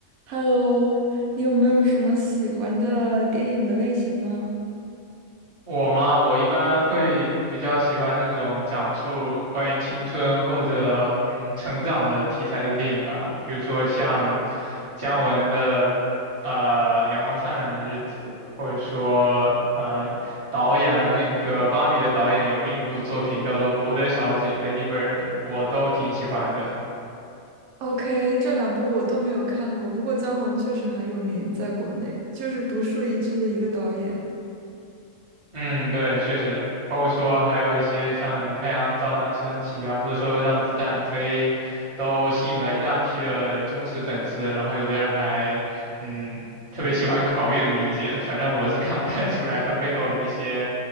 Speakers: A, on the right (about 85°); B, on the right (about 25°).
A: Hello，你有没有什么喜欢的电影的类型吗
B: 我吗？我一般会比较喜欢那种讲述关于青春或者嗯成长的题材的电影吧，比如说像姜文的呃《阳光灿烂的日子》，或者说呃导演了那个《芭比》的导演有另一部作品叫做《伯德小姐》（Lady Bird），我都挺喜欢的。
A: ？OK，这两部我都没有看过，不过姜文确实很有名，在国内就是独树一帜的一个导演。
B: 嗯，对，确实，包括说还有一些像什么太阳照常升起啊，或者说让子弹飞，都吸引了一大批的忠实粉丝。然后有的人还，嗯，特别喜欢搞阅读理解。反正我是看不太出来它背后的一些，